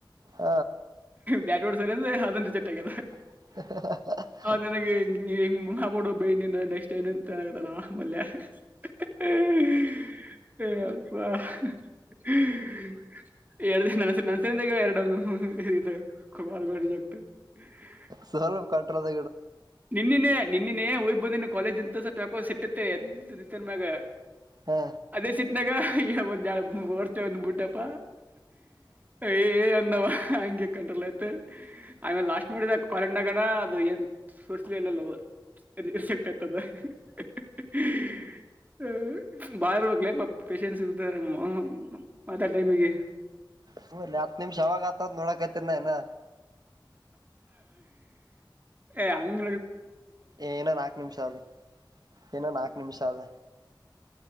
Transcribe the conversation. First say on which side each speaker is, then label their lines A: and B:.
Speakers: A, on the right; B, on the right.
A: ಹ
B: ಬ್ಯಾಡ್ವರ್ಡ್ಸ್ ಸರ್ ಅಂದ ಅದನ್ ರಿಜೆಟ್ ಆಗ್ಯದ.
A: <inaudible>
B: <unintelligible> <unintelligible> <unintelligible>
A: ಸ್ವಲ್ಪ ಕಂಟ್ರದ
B: ನಿನ್ನಿನೇ ನಿನ್ನಿನೇ ಹೋಗ್ ಬಂದಿನ ಕಾಲೇಜ್ ಅಂತ ಸಲ್ಪಾಕೋ ಸಿಟ್ಟತ್ತೆ ಎದ್ದನ್ ಮ್ಯಾಗ
A: ಹಾ.
B: ಅದೇ ಸಿಟ್ನಾಗ ಈ ಒಂದ್ ಜ ಓಡ್ತೇ ಒಂದ್ ಬುಟಪ್ಪ ಏ ಏ ಅನ್ನವ. ಹಂಗೆ ಕಂಟ್ರೋಲ್ ಆಯ್ತು ಆಮೇಲೆ ಲಾಸ್ಟ್ ನೋಡಿದ ಕಾಲಂಡ್ ಆಗಣ ಅದು ಏನ್ <unintelligible> ಹ ಬಾಳ ಇರ್ಬಕ್ಲ ಪ ಪೇಶೆನ್ಸ್ ಇತಾರಮ್ಮ ಮಾತಡೂ ಟೈಮಿಗಿ.
A: ಹ್ಮ್ ಲೆ ಹತ್ ನಿಮಿಷ ಯವಾಗ ಆತದ ನೋಡೋಕತ್ತಿನಿ ಇನ್ನ.
B: ಏ ಅಂಗ
A: ಏನ ನಾಕ್ ನಿಮಿಷ ಅದ ಇನ್ನ ನಾಕ್ ನಿಮಿಷ ಅದ